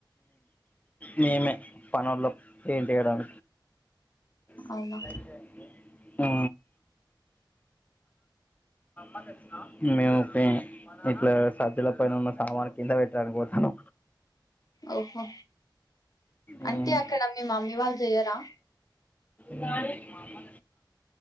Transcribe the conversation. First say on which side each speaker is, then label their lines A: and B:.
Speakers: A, on the left; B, on the left.
A: మేమే పనుల్లో ఏపియడం సర్ప్రైజ్
B: అవునా
A: అంటే ఆ అన్న మేము ఇట్లా సజ్జల పైన ఉన్న సామాన్ కింద పెట్టడానికి పోతాను
B: ఓహో
A: ఉమ్
B: అంటే అక్కడ మేము మమ్మీ వాళ్ళు చెయ్యరా
A: మా అమ్మ